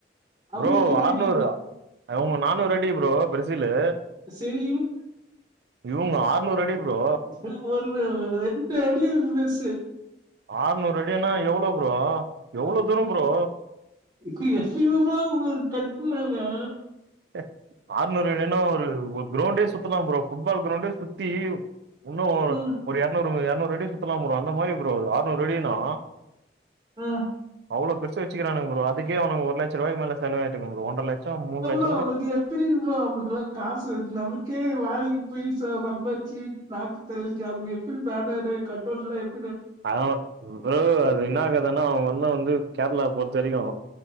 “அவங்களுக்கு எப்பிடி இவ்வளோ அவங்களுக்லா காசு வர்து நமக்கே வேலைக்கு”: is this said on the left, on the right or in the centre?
Right